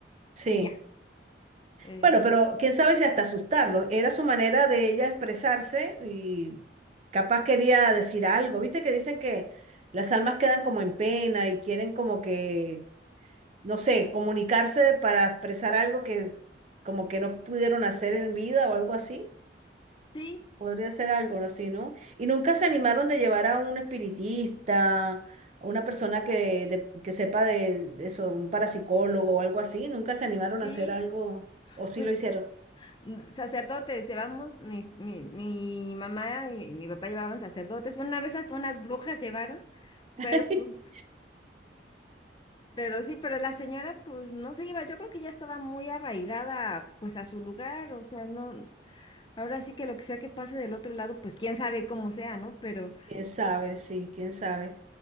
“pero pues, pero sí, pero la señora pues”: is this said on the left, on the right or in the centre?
Left